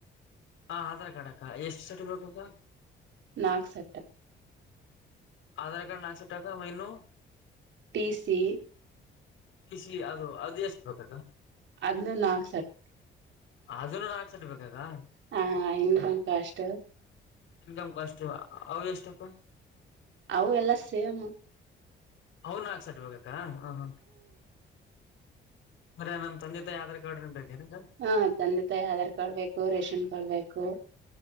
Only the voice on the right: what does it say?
ನಾಗ್ಸೆಟ್ಟ
ಪಟಿ ಸಿ
ಅದ್ ನಾಕ್ ಸರ್
ಹಾ ಇನ್ಕೊಂ ಕಷ್ಟ
ಆವು ಎಲ್ಲ ಸೆಮ್
ಹಾ ತಂದೆ ತಾಯಿ ಆಧಾರ್ ಕಾರ್ಡ್ ಬೇಕು ರೇಷನ್ ಕಾರ್ಡ್ ಬೇಕು